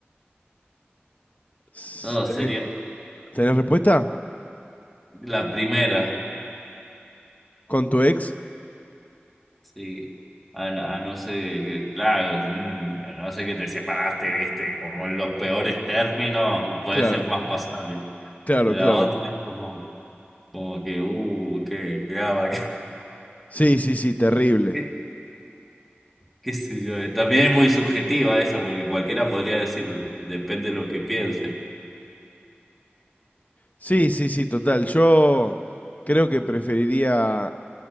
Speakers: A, on the left; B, in the centre.
A: S-
B: No,
A: ¿Tenés,
B: sería
A: tenés respuesta?
B: la primera.
A: ¿Con tu ex?
B: Sí, a, a no ser, claro, mm, a no sé que te separaste, viste, como en los peores términos, puede
A: Claro,
B: ser más pasable.
A: claro,
B: La
A: claro.
B: otra es como, como que, uh, qué, qué, gaba, <laughs>
A: Sí, sí, sí, terrible.
B: qué, qué sé yo. eh. También es muy subjetiva esa, porque cualquiera podría decir, depende de lo que piense.
A: Sí, sí, sí, total. Yo creo que preferiría